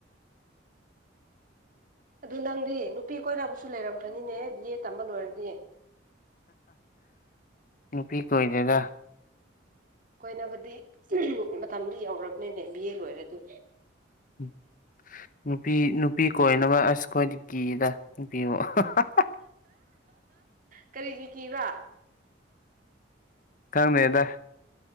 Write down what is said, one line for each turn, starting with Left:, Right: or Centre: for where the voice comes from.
Right: ꯑꯗꯨ ꯅꯪꯗꯤ ꯅꯨꯄꯤ ꯀꯣꯏꯕꯨꯁꯨ ꯂꯩꯔꯝꯈ꯭ꯔꯅꯤꯅꯦ ꯕꯤ ꯑꯦ ꯇꯝꯕ ꯂꯣꯏꯔꯗꯤ
Left: ꯅꯨꯄꯤ ꯀꯣꯏ ꯒꯥ
Right: ꯀꯣꯏꯕꯨꯗꯤ ꯃꯇꯝꯗꯨ ꯌꯧꯔꯕꯅꯦꯅꯦ ꯕꯤ ꯑꯦ ꯂꯣꯏꯔꯦ ꯑꯗꯨ
Left: ꯎꯝ ꯅꯨꯄꯤ ꯅꯨꯄꯤ ꯀꯃꯛ ꯑꯁ ꯈꯈꯣꯏꯗꯤ ꯀꯤꯗ ꯅꯨꯄꯤꯕꯨ <unintelligible>
Right: ꯀꯔꯤꯒꯤ ꯀꯤꯕ
Left: ꯀꯔꯉꯦꯗ